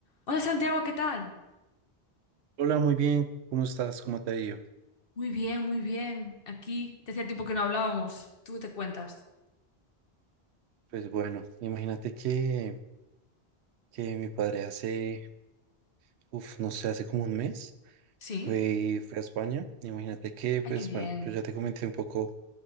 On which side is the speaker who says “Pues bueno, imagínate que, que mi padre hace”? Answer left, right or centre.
Right